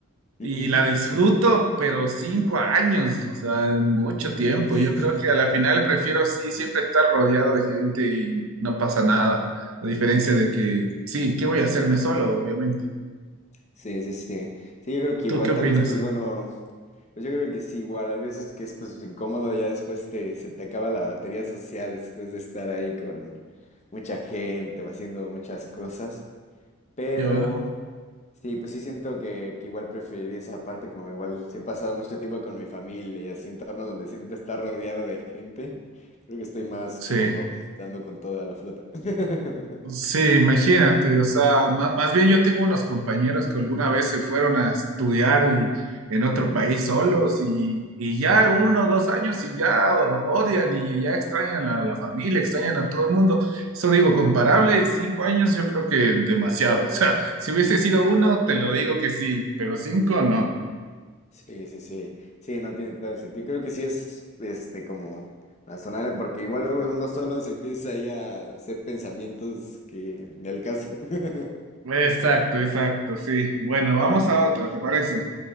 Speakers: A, on the left (about 30°); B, on the right (about 70°).
A: Ujú.
B: Y la disfruto, pero cinco años, o sea, es mucho tiempo.
A: <laughs>
B: Yo creo que a la final prefiero sí siempre estar rodeado de gente y no pasa nada. A diferencia de que, sí, ¿qué voy a hacerme solo, obviamente?
A: Sí, sí, sí. Sí, yo creo que
B: ¿Tú
A: igual
B: qué opinas?
A: tal vez, pues bueno. Pues yo creo que sí, igual, a veces que es pues incómodo, ya después te, se te acaba la batería social después de estar ahí con mucha gente o haciendo muchas cosas, pero
B: Yo,
A: sí, pues sí siento que, que igual preferiría esa parte, como igual sí he pasado mucho tiempo con mi familia y así entornos donde siempre está rodeado de gente, creo que estoy más
B: sí.
A: cómodo estando con toda la flota. <laughs>
B: Sí, imagínate, o sea, ma- más, bien yo tengo unos compañeros que alguna vez se fueron a estudiar y, en otro país
A: Ujú.
B: solos y, y ya uno o dos años y ya o- odian y ya extrañan a la familia, extrañan a todo el mundo. Eso digo, comparable, cinco años yo creo que demasiado, <laughs> o sea, si hubiese sido uno, te lo digo que sí, pero cinco no.
A: Sí, sí, sí. Sí, no tiene todo el sentido. Creo que sí es este como razonable, porque igual luego uno solo se empieza ahí a hacer pensamientos que ni al caso. <laughs>
B: Exacto, exacto, sí. Bueno, vamos
A: Bien,
B: a
A: bien.
B: otra, ¿te parece?